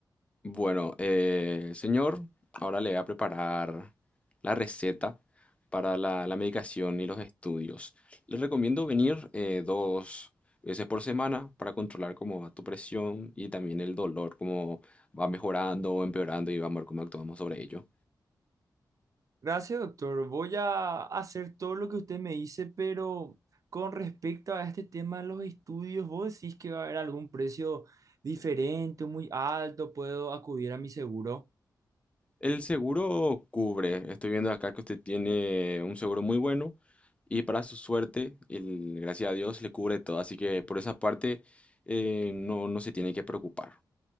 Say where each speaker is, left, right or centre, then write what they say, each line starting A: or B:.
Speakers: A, on the left; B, on the right.
A: Bueno, eh, señor, ahora le voy a preparar la receta para la, la medicación y los estudios. Le recomiendo venir eh, dos veces por semana para controlar cómo va tu presión y también el dolor, cómo va mejorando o empeorando y vamos a ver cómo actuamos sobre ello.
B: Gracias, doctor. Voy a hacer todo lo que usted me dice, pero con respecto a este tema de los estudios, ¿vos decís que va a haber algún precio diferente, muy alto? ¿Puedo acudir a mi seguro?
A: El seguro cubre, estoy viendo acá que usted tiene un seguro muy bueno y para su suerte, el- gracias a Dios, le cubre todo, así que por esa parte eh, no, no se tiene que preocupar.